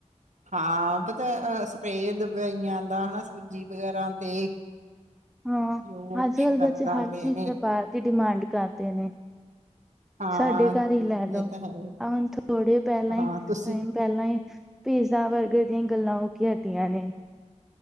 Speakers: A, on the right (about 75°); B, in the centre.
A: ਹਾਂ ਪਤੈ ਅਸਪਰੇ ਦਬਈਆਂ ਦਾ ਹਨਾ ਸੂਜੀ ਵਗੈਰਾ ਤੇ
B: ਹਾਂ
A: ਜੋ
B: ਅੱਜ
A: ਕੁਛ
B: ਕੱਲ
A: ਕਰਦਾ
B: ਬੱਚੇ ਹਰ
A: ਪਏ
B: ਚੀਜ
A: ਨੇ
B: ਤੇ ਬਾਰ ਦੀ ਡਿਮਾਂਡ ਕਰਦੇ ਨੇ।
A: ਹਾਂ
B: ਸਾਡੇ ਘਰ ਈ ਲੈ ਲਓ
A: ਇਹ
B: ਅ
A: ਤਾਂ ਹੈ
B: ਹੁਨ ਥੋੜੇ ਪੈਲਾਂ
A: ਹਾਂ
B: ਈ
A: ਤੁਸੀਂ
B: ਟਾਈਮ
A: ਵੀ
B: ਪੈਲਾਂ ਈ ਪੀਜ਼ਾ ਬਰਗਰ ਦੀਆਂ ਗੱਲਾਂ ਹੋ ਕੇ ਹਟੀਯਾਂ ਨੇ।